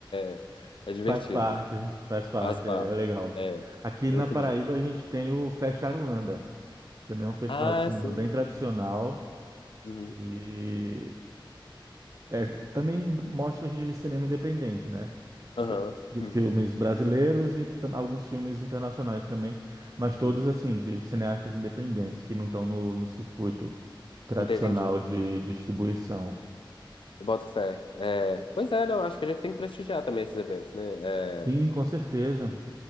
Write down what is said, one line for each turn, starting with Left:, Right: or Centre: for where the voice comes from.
Left: é, é é divertido.
Right: Faz parte, faz parte,
Left: Faz parte.
Right: é legal.
Left: É,
Right: Aqui
Left: muito
Right: na Paraíba
Left: bom.
Right: a gente tem o Fest Aruanda, que também é um festival
Left: Ah,
Right: de cinema
Left: sim.
Right: bem tradicional
Left: Uhum.
Right: e é, também mostras de cinema independente, né?
Left: Aham.
Right: Br- De
Left: Hum,
Right: filmes brasileiros e tam- alguns filmes internacionais também, mas todos
Left: hum.
Right: assim, de cineastas independentes que não estão no, no circuito tradicional
Left: Entendi.
Right: de distribuição.
Left: Eu boto fé. É, pois é, não, acho que a gente tem que prestigiar também esses eventos, né?
Right: Sim,
Left: É,
Right: com certeza.